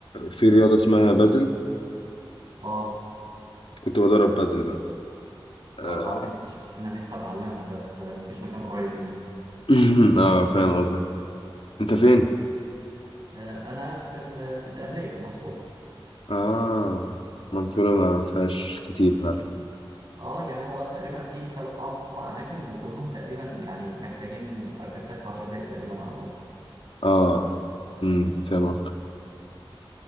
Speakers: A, on the left; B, on the right.
A: في رياضه اسمها بادل
B: اه
A: كنت بدرب بادل بقى اه
B: اه عظيم فشخ. انا نفسي اتعلمها بس آه، مفيش مكان قريب مني
A: <clears throat> <laughs> آه، فاهم قصدك انت فين
B: آه، انا في ال- في الدقهليه المنصوره
A: اه منصوره ما فيهاش كتير فعلا
B: اه يعني هو تقريبا في ثلاث اربع اماكن وكلهم تقريبا يعني محتاجين اركب تاكسي 10 دقائق تقريبا على الأقل.
A: اه امم فاهم قصدك